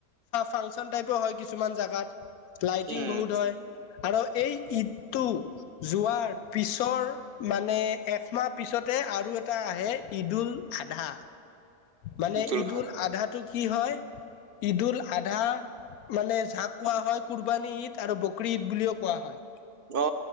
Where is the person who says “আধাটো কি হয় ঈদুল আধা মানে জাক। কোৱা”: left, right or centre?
Left